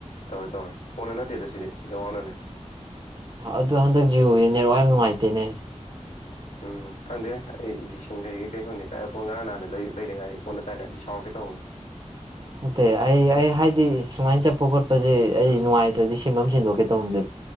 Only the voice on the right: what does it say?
ꯑꯗꯨꯣ ꯍꯟꯗꯛ ꯖꯤꯑꯣꯒꯤ ꯅꯋꯥ ꯌꯥꯝ ꯅꯨꯡꯉꯥꯏꯇꯦꯅꯦ
ꯅꯠꯇꯦ ꯑꯩ ꯑꯩ ꯍꯥꯏꯗꯤ ꯁꯨꯃꯥꯏꯅ ꯆꯠꯄ ꯈꯣꯠꯄꯁꯦ ꯑꯩ ꯅꯨꯡꯉꯥꯏꯇ꯭ꯔꯗꯤ ꯁꯤꯐꯝ ꯑꯃ ꯁꯤꯟꯗꯣꯛꯀꯦ ꯇꯧꯅꯤꯡꯗꯦ